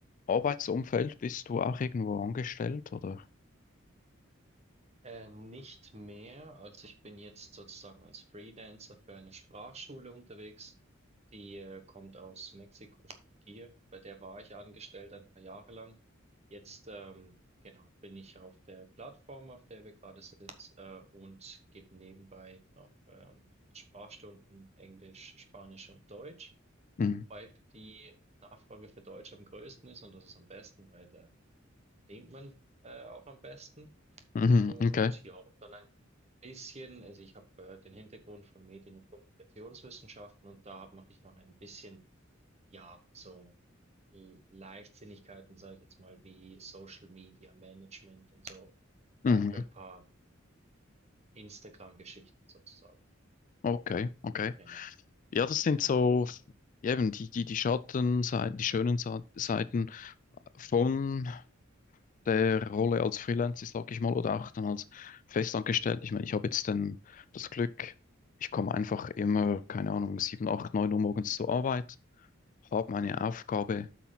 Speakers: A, on the left (about 40°); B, on the right (about 35°).
A: Arbeitsumfeld? Bist du auch irgendwo angestellt oder?
B: Äh, nicht mehr. Also ich bin jetzt sozusagen als Freelancer für eine Sprachschule unterwegs. Die äh, kommt aus Mexiko hier. Bei der war ich angestellt ein paar Jahre lang. Jetzt ähm, genau bin ich auf der Plattform, auf der wir gerade sind, äh, und gebe nebenbei noch ähm, Sprachstunden Englisch, Spanisch und Deutsch,
A: Mhm.
B: wobei die Nachfrage für Deutsch am größten ist und das ist am besten, weil äh, da verdient man äh, auch am besten.
A: Mhm.
B: Und
A: Okay.
B: ja, und dann ein bisschen, also ich habe äh, den Hintergrund von Medien- und Kommunikationswissenschaften und da hab, mache ich noch ein bisschen, ja, so äh, Leichtsinnigkeiten, sage ich jetzt mal, wie Social Media Management und so,
A: Mhm.
B: äh, für ein paar ja, Instagram-Geschichten sozusagen.
A: Okay, okay.
B: Genau.
A: Ja, das sind so ja, eben die, die, die Schattenseiten, die schönen Sa- Seiten von der Rolle als Freelancer, sag ich mal, oder auch dann als festangestellt. Ich meine, ich habe jetzt dann das Glück, ich komme einfach immer, keine Ahnung, 7 8 9 Uhr morgens zur Arbeit, habe meine Aufgabe,